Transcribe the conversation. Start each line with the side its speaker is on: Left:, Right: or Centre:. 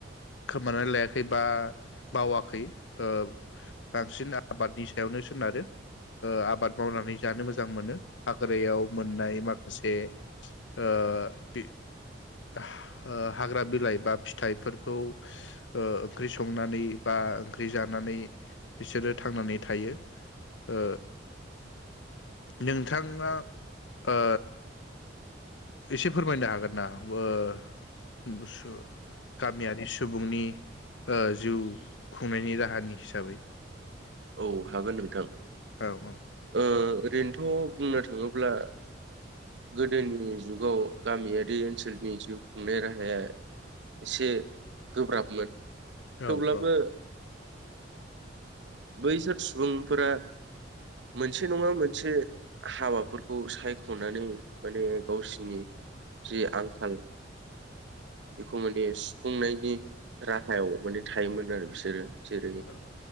Left: खोमानानै लायाखै बा बावाखै ओ बांसिन आबादनि सायावनो सोनारो ओ आबाद मावनानै जानो मोजां मोनो हाग्रायाव मोननाय माखासे ओ बि ओ हाग्रा बिलाइ बा फिथाइफोरखौ ओ ओंख्रि संनानै बा ओंख्रि जानानै बिसोरो थांनानै थायो ओ नोंथांङा ओ एसे फोरमायनो हागोन ना ओ <unintelligible> गामियारि सुबुंनि ओ जिउ खुंनायनि राहानि हिसाबै
Right: औ हागोन नोंथां
Left: औ औ
Right: ओ ओरैनोथ बुंनो थाङोब्ला गोदोनि जुगाव गामियारि ओनसोलनि जिउ खुंनाय राहाया एसे गोब्राबमोन थेवब्लाबो
Left: औ औ
Right: बैसोर सुबुंफोरा मोनसे नङा मोनसे हाबाफोरखौ सायखनानै माने गावसोनि जि आंखाल बेखौ माने सुफुंनायनि राहायाव माने थायोमोन आरो बिसोरो जेरै
Left: औ